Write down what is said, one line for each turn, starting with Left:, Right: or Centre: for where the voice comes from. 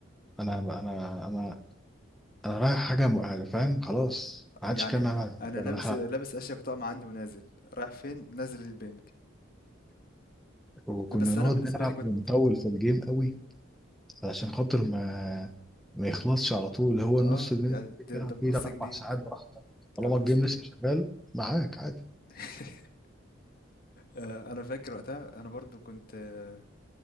Centre: انا انا انا, أنا رايح حاجه م- يعني فاهم خلاص ما
Left: يعني
Centre: عادش كان معايا بعد.
Left: انا
Centre: انا
Left: لابس
Centre: رايح ألعب.
Left: لابس اشيك طقم عندي ونازل رايح فين نازل البينج
Centre: وكنا
Left: بس
Centre: نقعد
Left: انا بالنسبه
Centre: نلعب
Left: لي كنت
Centre: ونطول في الجيم قوي علشان خاطر ما ما يخلصش على طول هو
Left: اه
Centre: النص جنيه
Left: يعني
Centre: اللي
Left: ده,
Centre: بتلعب
Left: ده بنص
Centre: فيه ده اربع
Left: جنيه
Centre: ساعات براحتك طالما
Left: ده بنص
Centre: الجيم
Left: جنيه
Centre: لسه شغال معاك عادي
Left: <laughs> آه، انا فاكر وقتها انا برضو كنت آه،